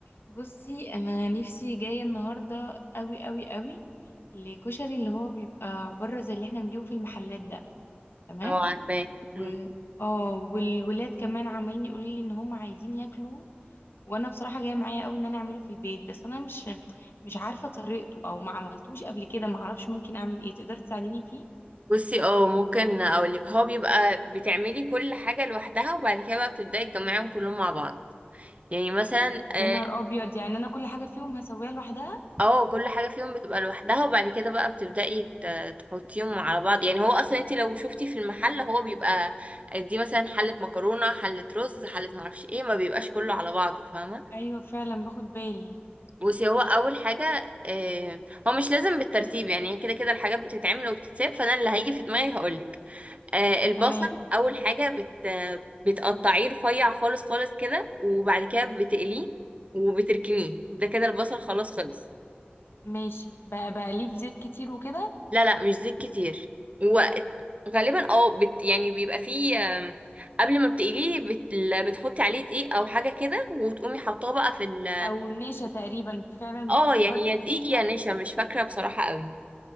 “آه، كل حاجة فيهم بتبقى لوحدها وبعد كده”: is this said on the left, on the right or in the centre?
Right